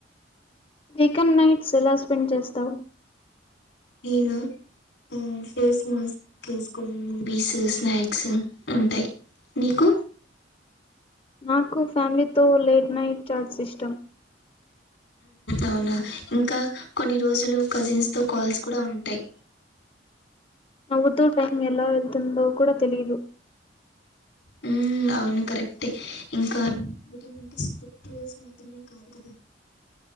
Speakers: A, on the left (about 30°); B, on the left (about 80°).
A: weekend nights ఎలా స్పెండ్ చేస్తావు
B: నేనా ఆ ఫేస్ మాస్క్ వేసుకొని మూవీస్ స్నాక్స్ ఉంటాయి మీకు
A: నాకు ఫ్యామిలీతో లేట్ నైట్ చాట్స్ ఇష్టం
B: అవునా ఇంకా కొన్ని రోజులు కజిన్స్ తో కాల్స్ కూడా ఉంటాయ్
A: నవ్వుతూ టైం ఎలా వెళ్తుందో కూడా తెలీదు
B: హ్మ్ అవును కరెక్టే ఇంకా స్ట్రిక్ట్ రూల్స్ మాత్రమే కాదు కదా